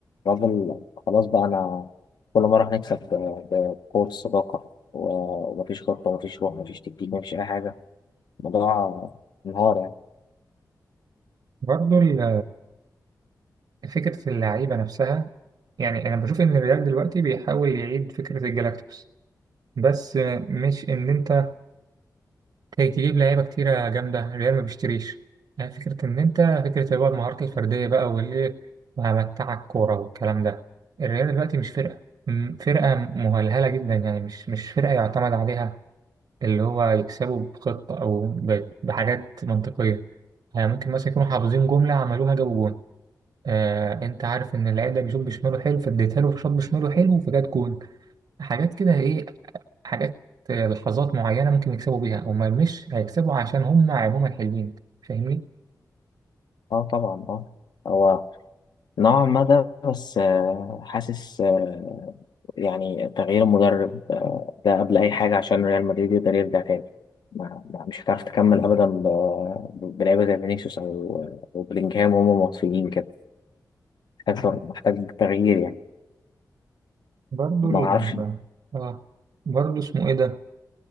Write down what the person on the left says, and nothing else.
الراجل خلاص بقى أنا كل مرة هنكسب ب- بقوة الصداقة و- ومفيش خطة ومفيش روح ومفيش تكتيك مفيش أي حاجة الموضوع انهار يعني
اه طبعا اه هو نوعا ما ده بس آه، حاسس آه، يعني تغيير المدرب آه، ده قبل أي حاجة عشان ريال مدريد يقدر يرجع تاني ما ما- مش هتعرف تكمل أبدا ب- بلعيبة زي فينيسيوس أو أو بلينجهام وهم مطفيين كده محتاج محتاج تغيير يعني
ما أعرفش